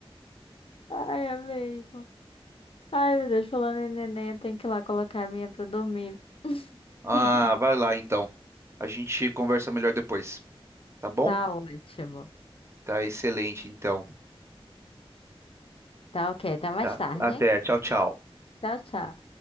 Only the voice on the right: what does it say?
Ah, vai lá então. A gente conversa melhor depois, tá bom?
Tá excelente, então.
Tá.
Até.
Tchau, tchau.